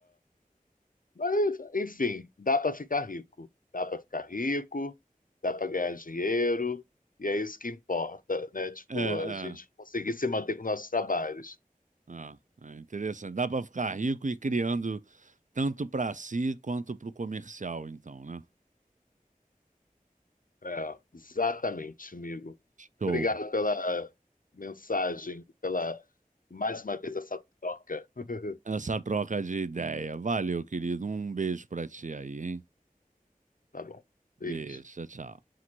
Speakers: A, on the left (about 70°); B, on the right (about 60°).
A: Mas, enfim, dá para ficar rico. Dá para ficar rico, dá para ganhar dinheiro, e é isso que importa, né? Tipo,
B: é,
A: a gente conseguir se manter com nossos trabalhos.
B: é, é, é interessante. Dá para ficar rico e criando tanto para si quanto para o comercial, então, né?
A: É, exatamente, amigo.
B: Show.
A: Obrigado pela mensagem, pela mais uma vez essa troca. <laughs>
B: essa troca de ideia. Valeu, querido. Um beijo pra ti aí, hein?
A: Tá bom. Beijo.
B: Beijo, tchau, tchau.